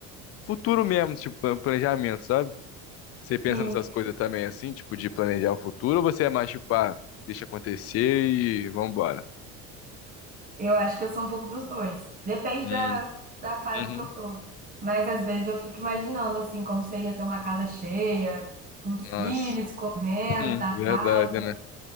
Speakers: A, on the left; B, on the right.
A: futuro mesmo, tipo, plan- planejamento, sabe? Você pensa
B: sim.
A: nessas coisas também, assim, tipo, de planejar o futuro, ou você é mais, tipo, ah, deixa acontecer e vambora?
B: Eu acho que eu sou um pouco dos dois. Depende
A: Hum,
B: da, da fase
A: uhum,
B: que eu tô. Mas às vezes eu fico imaginando assim, como seria ter uma casa cheia, com os filhos
A: nossa,
B: correndo
A: hum,
B: da
A: verdade,
B: casa,
A: né?